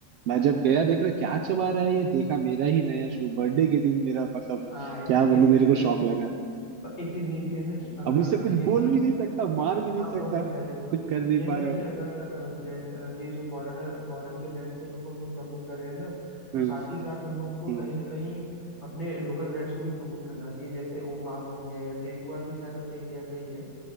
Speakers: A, on the right; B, on the left.
A: मैं जब गया देख रहा क्या चबा रहा है ये देखा मेरा ही नया शू बर्थडे के दिन मेरा मतलब
B: हाँ यार
A: क्या
B: ये
A: बोलूं
B: सब
A: मेरे
B: रहता
A: को शौक
B: है
A: लगा
B: पर एक चीज ये भी है ना कि अगर
A: अब
B: आप
A: उससे कुछ
B: ये सब
A: बोल भी नहीं सकता मार भी नहीं
B: हाँ वो
A: सकता
B: तो है देखो
A: कुछ कर नहीं
B: ये है
A: पा
B: ना
A: रहा
B: कि
A: हूँ
B: अगर फ्रेंड ये जो फॉरेनर फॉरेन के ब्रांड से इनको हम लोग प्रमोट कर रहे हैं ना तो
A: हम्म
B: साथ ही साथ हम लोग को
A: हम्म
B: कहीं ना कहीं अपने लोकल ब्रांड्स को भी प्रमोट करना चाहिए जैसे ओ फार्म हो गया या जेगुआर भी शायद अपने इंडिया का ही है